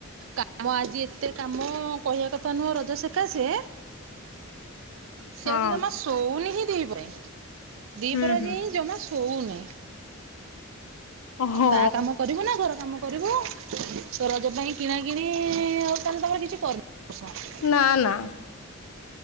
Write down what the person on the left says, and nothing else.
ହଁ
ହୁଁ
ହୁଁ।
ଓହୋ
ନା ନା